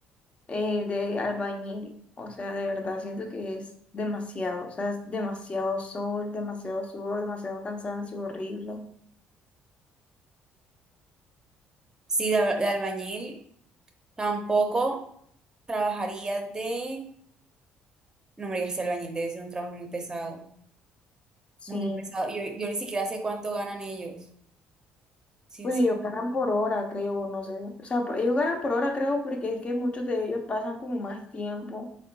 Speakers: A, on the left; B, on the right.
A: el de albañil. O sea, de verdad siento que es demasiado, o sea, es demasiado sol, demasiado sudor, demasiado cansancio, horrible.
B: Sí, de, al- de albañil tampoco. Trabajaría de... No, hombre, ya sea albañil debe ser un trabajo muy pesado.
A: Sí,
B: Muy, muy pesado. Yo, yo ni siquiera sé cuánto ganan ellos, sinceramente.
A: Pues ellos ganan por hora, creo, no sé. O sea, por- ellos ganan por hora, creo, porque es que muchos de ellos pasan como más tiempo.